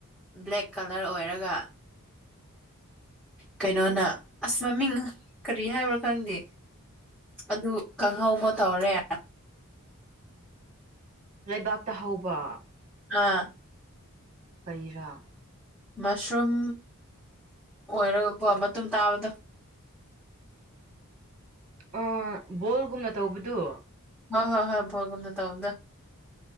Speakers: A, in the centre; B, on the right (about 35°).
A: ꯕ꯭ꯂꯦꯛ ꯀꯂꯔ ꯑꯣꯏꯔꯒ꯫ ꯀꯩꯅꯣꯅ ꯑꯁ ꯃꯃꯤꯡ ꯀꯔꯤ ꯍꯥꯏꯕ꯭ꯔꯥ ꯈꯪꯗꯦ꯫ ꯑꯗꯨ ꯀꯥꯡꯍꯧ ꯑꯃ ꯇꯧꯔꯦ꯫
B: ꯂꯩꯕꯥꯛꯇ ꯍꯧꯕ꯫
A: ꯑꯥ꯫
B: ꯀꯔꯤꯔ꯫
A: ꯃꯁꯔꯨꯝ ꯑꯣꯏꯔꯒꯀꯣ ꯃꯇꯨꯝ ꯇꯥꯕꯗꯨ꯫
B: ꯑꯥ ꯕꯣꯜꯒꯨꯝꯅ ꯇꯧꯕꯗꯨ꯫
A: ꯍꯣꯏ ꯍꯣꯏ ꯍꯣꯏ ꯕꯣꯒꯨꯝꯅ ꯇꯧꯕꯗꯨ꯫